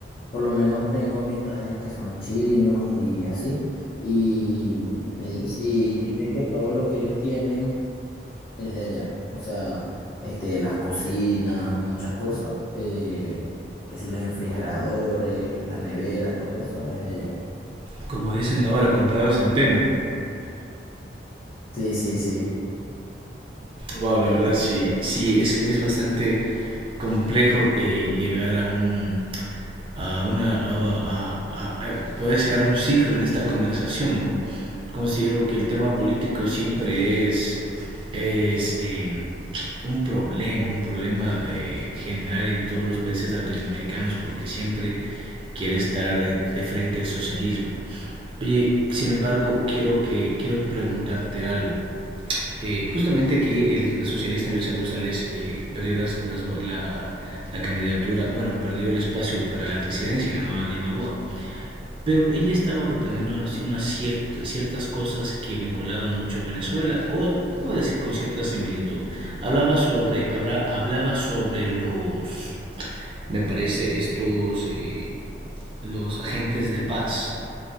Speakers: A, on the left; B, on the right.
A: por lo menos tengo amistades que son chinos y así, y me dic- y dicen que todo lo que ellos tienen es de allá. O sea, este, las cocinas, muchas cosas, eh, que si los refrigeradores, las neveras, todo eso es de allá.
B: Como dicen ahora, comprados en Temu.
A: Sí, sí, sí,
B: Wow, la
A: entiendo.
B: verdad sí, sí, es, es bastante complejo eh, llegar a un, a una, a, a- a- a poder cerrar un ciclo en esta conversación, ¿no? Considero que el tema político siempre es, es eh, un problema, un problema eh, general en todos los países latinoamericanos porque siempre quiere estar de, de frente al socialismo. Oye, sin embargo, quiero que, quiero preguntarte algo. Eh, justamente aquí el- la socialista Luisa González eh, perdió las- las vo- la, la candidatura, bueno, perdió el espacio para la presidencia y ganó a Daniel Noboa. Pero ella estaba proponiendo unas unas cierta- ciertas cosas que vinculaban mucho a Venezuela o, o de- con cierta similitud. Hablaba sobre, habla- hablaba sobre los, me parece, estos, eh, los agentes de paz